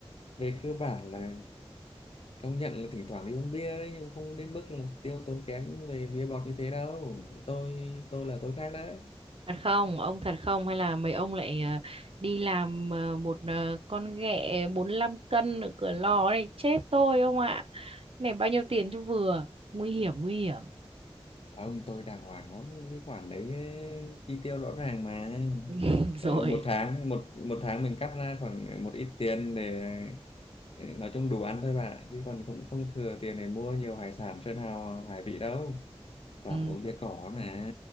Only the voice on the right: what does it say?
thật không ông thật không hay là mấy ông lại ờ, đi làm ờ, một ờ, con ghẹ 45 cân ở cửa lò này chết tôi ông ạ này bao nhiêu tiền cho vừa nguy hiểm nguy hiểm
<laughs> rồi
ừ.